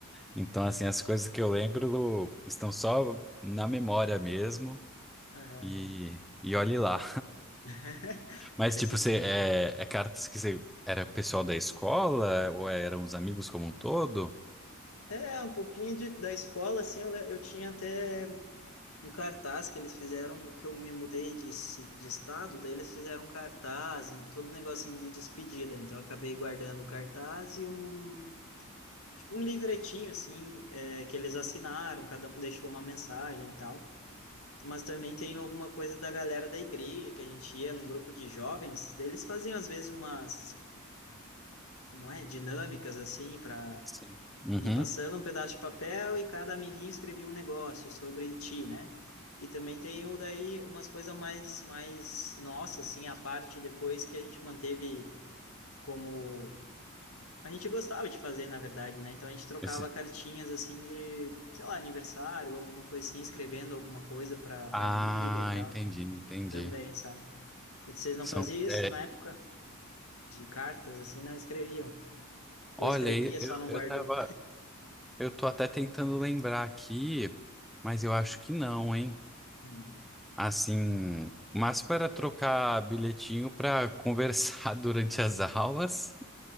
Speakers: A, in the centre; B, on the left.
A: Então, assim, as coisas que eu lembro estão só na memória mesmo.
B: Aham.
A: E, e olhe lá.
B: <laughs>
A: Mas,
B: Mas
A: tipo,
B: se-
A: você é, é cartas que você era pessoal da escola ou é, eram os amigos como um todo?
B: É, um pouquinho de, da escola, assim, eu, le- eu tinha até. um cartaz que eles fizeram, que eu me mudei de, ci- de estado, daí eles fizeram um cartaz, um, todo um negocinho de despedida. Então eu acabei guardando o cartaz e um, tipo, um livretinho, assim, é, que eles assinaram, cada um deixou uma mensagem e tal. Mas também tem alguma coisa da galera da igreja, que a gente ia num grupo de jovens, daí eles faziam às vezes umas, como é, dinâmicas, assim, para
A: Sim. Uhum.
B: e passando um pedaço de papel e cada amiguinho escrevia um negócio sobre ti, né? E também tem o daí umas coisas mais mais nossa assim, a parte depois que a gente manteve como a gente gostava de fazer, na verdade, né? Então a gente trocava
A: Esse-
B: cartinhas assim de, sei lá, aniversário, alguma coisa assim, escrevendo alguma coisa para para
A: Ah,
B: amiga e tal,
A: entendi, entendi.
B: também, sabe? E vocês não
A: São,
B: faziam isso
A: é,
B: na época de cartas assim, não escreviam.
A: olha,
B: Ou escrevia, só
A: eu,
B: não
A: eu
B: guardou.
A: tava, eu tô até tentando lembrar aqui, mas eu acho que não, hein?
B: Uhum.
A: Assim, mas para trocar bilhetinho para conversar <laughs> durante as aulas.